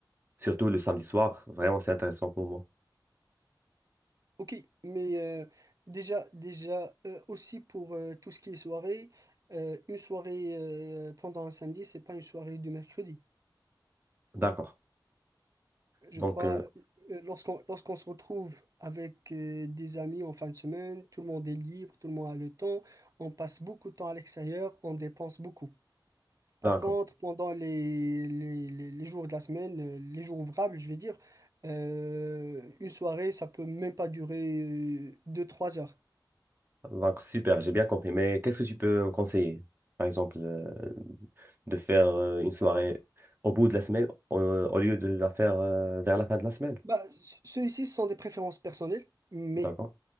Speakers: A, on the right; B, on the right.
A: Surtout le samedi soir, vraiment, c'est intéressant pour moi.
B: Ok, mais euh, déjà, déjà euh, aussi pour euh, tout ce qui est soirée, euh, une soirée euh, pendant un samedi, c'est pas une soirée du mercredi.
A: D'accord.
B: Je
A: Donc,
B: crois,
A: euh,
B: euh, lorsqu'on lorsqu'on se retrouve avec euh, des amis en fin de semaine, tout le monde est libre, tout le monde a le temps, on passe beaucoup de temps à l'extérieur, on dépense beaucoup. Par
A: D'accord.
B: contre, pendant les, les, les- les jours de la semaine, euh, les jours ouvrables, je vais dire, euh, une soirée, ça peut même pas durer euh, deux trois heures.
A: Donc, super, j'ai bien compris. Mais qu'est-ce que tu peux me conseiller? Par exemple, euh, de faire euh, une soirée au bout de la semaine au, au lieu de la faire euh, vers la fin de la semaine.
B: Bah, ce- ceux-ci, ce sont des préférences personnelles, mais
A: D'accord.